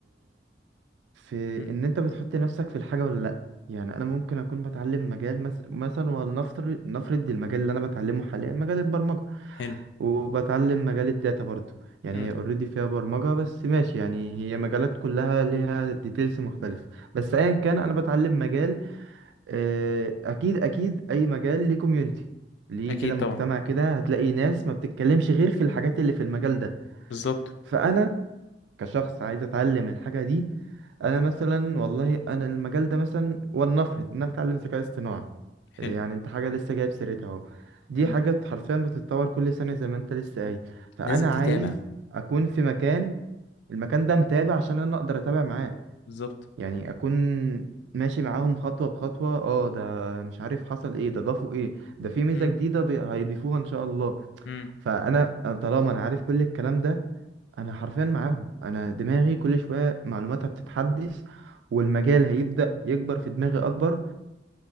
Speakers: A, on the right; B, on the left.
A: في
B: امم
A: ان انت بتحط نفسك في الحاجه ولا لا يعني انا ممكن اكون بتعلم مجال مس... مثلا ولنفرض نفرض المجال اللي انا بتعلمه حاليا مجال البرمجه
B: حلو
A: وبتعلم مجال الداتا برضو يعني
B: امم
A: هي اوريدي فيها برمجه بس ماشي يعني هي مجالات كلها ليها ديتيلز مختلفه بس ايا كان انا بتعلم مجال آه، اكيد اكيد اي مجال ليه كوميونتي ليه
B: اكيد
A: كده مجتمع
B: طبعا
A: كده هتلاقي ناس ما بتتكلمش غير في الحاجات اللي في المجال ده
B: بالظبط
A: فانا كشخص عايز اتعلم الحاجه دي انا مثلا والله انا المجال ده مثلا ولنفرض ان انا بتعلم ذكاء اصطناعي
B: حلو
A: يعني انت حاجه لسه جايب سيرتها اهو دي
B: امم
A: حاجه حرفيا بتتطور كل سنه زي ما انت لسه قايل فانا
B: لازم تتابع
A: عايز اكون في مكان المكان ده متابع عشان انا اقدر اتابع معاه
B: بالظبط
A: يعني اكون ماشي معاهم خطوه بخطوه اه ده مش عارف حصل ايه ده ضافوا ايه ده في ميزه
B: امم
A: جديده بي- هيضيفوها ان شاء الله
B: امم
A: فانا طالما انا عارف كل الكلام ده انا حرفيا معاهم انا دماغي كل شويه معلوماتها بتتحدث والمجال هيبدا يكبر في دماغي اكبر